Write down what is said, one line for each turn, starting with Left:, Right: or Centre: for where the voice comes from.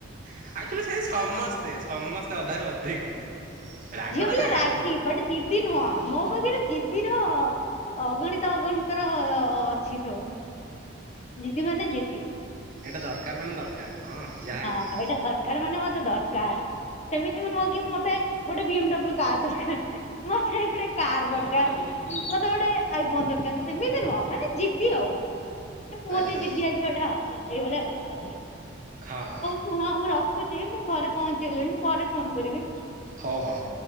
Right: <unintelligible> ସେ ସମସ୍ତେ ସମସ୍ତେ ଅଧାରୁ ଅଧିକ। ରାଗଟା
Left: ଝିଅପିଲା
Right: ଯାହାହେଲେ
Left: ରାଗି
Right: ଥିବ
Left: ବଟ୍ ଜିଦି ନୁହଁ ମୋ ପାଖେରେ ଜିଦିର। ଅଗଣିତ ଅଗଣିତ ର ଅଛି ସବୁ ଜିଦି ମାନେ ଜିଦି।
Right: ମାନେ ଏଇଟା ଦରକାର ମାନେ ଦର କାର ହଁ। ଯାହା ହେଇଯାଉ
Left: ହଁ ଏଇଟା ଦରକାର ମାନେ ମତେ ଦରକାର। ସେମିତି ନୁହଁ କି ମତେ ଗୋଟେ ବି ଏଡ୍ଲ୍ୟୁ କାର୍ ଦରକାର। ମତେ ଗୋଟେ କାର ଦରକାର। ମୋତେ ଗୋଟେ ଆଇ ଫୋନ ଦରକାର ସେମିତି ନୁହଁ ମାନେ ଯିଦି ଆଉ। କୁହନ୍ତି
Right: ଆଚ୍ଛା
Left: ଯିିଦିଆ ଝିଅ ଟା ସେଇଭଳିଆ।
Right: ହଁ।
Left: ଶୁଣ ମୁଁ ରଖୁଛି ମୁଁ ଘରେ ପହଞ୍ଚିଲିଣି ପରେ ଫୋନ କରିବି।
Right: ହଉ ହଉ।